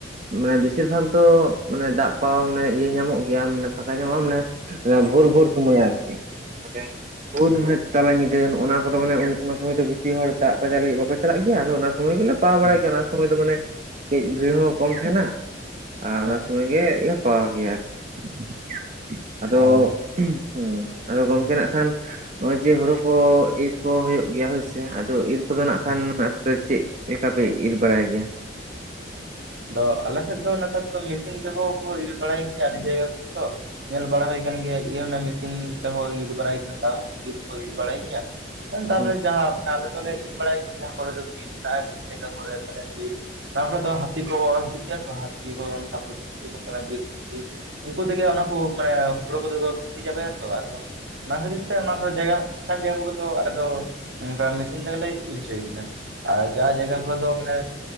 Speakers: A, on the right; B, on the right.
A: ᱢᱟᱱᱮ ᱵᱮᱥᱤᱨ ᱵᱷᱟᱜᱽ ᱫᱚ ᱢᱟᱱᱮ ᱫᱟᱜ ᱯᱟᱣᱟᱶ ᱢᱟᱱᱮ ᱤᱭᱟᱹ ᱧᱟᱢᱚᱜ ᱜᱮᱭᱟ ᱢᱟᱱᱮ ᱯᱷᱟᱸᱠᱟ ᱧᱟᱢᱚᱜᱼᱟ ᱢᱟᱱᱮ ᱚᱱᱟ ᱵᱷᱳᱨ ᱵᱷᱳᱨ ᱥᱚᱢᱚᱭ ᱟᱨᱠᱤ ᱢᱟᱱᱮ ᱵᱷᱳᱨ ᱢᱟᱱᱮ ᱛᱟᱞᱟ ᱧᱤᱫᱟᱹ ᱚᱱᱟ ᱠᱚᱫᱚ ᱢᱟᱱᱮ ᱚᱱᱟ ᱥᱚᱢᱚᱭ ᱫᱚ ᱵᱤᱥᱤ ᱦᱚᱲ ᱫᱟᱜ ᱯᱟᱸᱡᱟ ᱞᱟᱹᱜᱤᱫ ᱵᱟᱠᱚ ᱪᱟᱞᱟᱜ ᱜᱮᱭᱟ ᱟᱫᱚ ᱚᱱᱟ ᱥᱚᱢᱚᱭ ᱜᱮᱞᱮ ᱯᱟᱣᱟᱶ ᱵᱟᱲᱟᱭ
B: ᱦᱮᱸ ᱦᱮᱸ
A: ᱜᱮᱭᱟ ᱚᱱᱟ ᱥᱚᱢᱚᱭ ᱫᱚ ᱢᱟᱱᱮ ᱠᱟᱹᱡ ᱵᱷᱤᱲ ᱦᱚᱸ ᱠᱚᱢ ᱛᱟᱦᱮᱱᱟ᱾ ᱟᱨ ᱚᱱᱟ
B: ᱦᱮᱸ
A: ᱥᱚᱢᱚᱭ ᱜᱮ ᱞᱮ ᱯᱟᱣᱟᱶ ᱜᱮᱭᱟ ᱟᱨᱠᱤ᱾ ᱟᱫᱚ
B: ᱚ
A: ᱦᱩᱸ ᱟᱫᱚ
B: ᱦᱩᱸ
A: ᱜᱚᱝᱠᱮ ᱱᱟᱜ ᱠᱷᱟᱱ ᱱᱚᱜᱼᱚᱭ ᱡᱮ ᱦᱳᱲᱳ ᱠᱚ ᱤᱨ ᱠᱚ ᱦᱩᱭᱩᱜ ᱜᱮᱭᱟ ᱦᱳᱭᱥᱮ ᱟᱫᱚ ᱤᱨ ᱠᱚᱫᱚ ᱱᱟᱜ ᱠᱷᱟᱱ
B: ᱦᱩᱸ
A: ᱟᱯᱮ ᱫᱟ ᱪᱮᱫ ᱪᱮᱫ ᱞᱮᱠᱟᱯᱮ ᱤᱨ ᱵᱟᱲᱟᱭ ᱜᱮᱭᱟ?
B: ᱫᱚ ᱟᱞᱮ ᱥᱮᱫ ᱫᱚ ᱱᱮᱛᱟᱨ ᱫᱚ ᱢᱮᱥᱤᱱ ᱛᱮᱠᱚ ᱠᱚ ᱤᱨ ᱵᱟᱲᱟᱭ ᱜᱮᱭᱟ ᱟᱹᱰᱤ ᱡᱟᱭᱜᱟ ᱠᱚᱛᱚ᱾ ᱧᱮᱞ ᱵᱟᱲᱟ ᱦᱩᱭ ᱠᱟᱱ ᱜᱮᱭᱟ ᱤᱭᱟᱹ ᱢᱟᱱᱮ ᱢᱮᱥᱤᱱ ᱛᱮᱦᱚᱸ ᱤᱨ ᱵᱟᱲᱟᱭ ᱜᱮ <unintelligible> ᱤᱨ ᱦᱳᱭ ᱵᱟᱲᱟᱭ ᱜᱮᱭᱟ᱾ ᱛᱟᱯᱚᱨᱮ
A: ᱦᱩᱸ
B: ᱡᱟᱦᱟᱸ ᱢᱟᱱᱮ ᱟᱞᱮ ᱠᱚᱞᱮ ᱤᱨ ᱵᱟᱲᱟᱭᱟ ᱜᱮᱭᱟ ᱡᱟᱦᱟ ᱠᱚᱨᱮ ᱫᱚ ᱵᱤᱨ ᱢᱮᱛᱟᱜᱼᱟ ᱵᱤᱨ <unintelligible> ᱛᱟᱨᱯᱚᱨ ᱫᱚ ᱦᱟᱛᱤ ᱛᱚ <unintelligible> ᱜᱷᱚᱱᱴᱚ ᱠᱚ ᱦᱤᱡᱩ᱾ ᱡᱮ <unintelligible> ᱩᱱᱠᱩ ᱛᱮᱜᱮ ᱚᱱᱟ ᱠᱚ ᱢᱟᱱᱮ ᱦᱩᱲᱳ ᱠᱚᱫᱚ ᱠᱷᱩᱴᱤ ᱪᱟᱵᱟᱭᱟᱛᱚ ᱟᱫᱚ᱾ ᱚᱱᱟ ᱠᱷᱟᱹᱛᱤᱨ ᱛᱮ ᱚᱱᱟ ᱠᱚ ᱡᱟᱭᱜᱟ ᱚᱱᱠᱟᱱ ᱡᱟᱭᱜᱟ ᱠᱚᱨᱮ ᱫᱚ ᱟᱞᱮ ᱫᱚ ᱚᱱᱠᱟ ᱢᱮᱥᱤᱱ ᱛᱮᱜᱮᱞᱮ ᱤᱨᱪᱚᱭ ᱜᱮᱭᱟ ᱟᱨ ᱡᱟᱦᱟ ᱡᱟᱭᱜᱟ ᱠᱚᱨᱮ ᱫᱚ ᱢᱟᱱᱮ